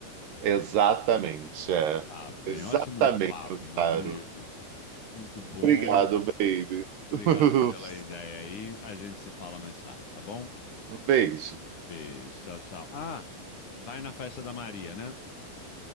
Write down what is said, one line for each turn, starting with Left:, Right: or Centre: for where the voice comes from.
Right: exatamente. É.
Left: Tá bem,
Right: Exatamente,
Left: ótimo papo,
Right: meu
Left: meu
Right: caro.
Left: amigo. Muito bom.
Right: Obrigado, baby.
Left: Obrigado
Right: <laughs>
Left: pela ideia aí. A gente se fala mais tarde, tá bom?
Right: Um beijo.
Left: Beijo, tchau, tchau. Ah, vai na festa da Maria, né?